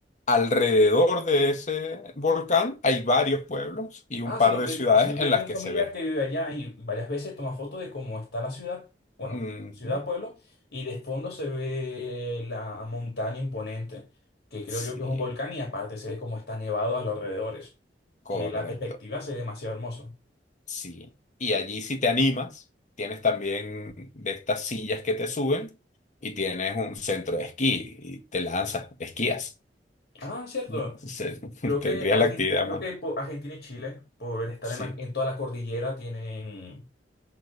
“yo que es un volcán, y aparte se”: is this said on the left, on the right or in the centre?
Left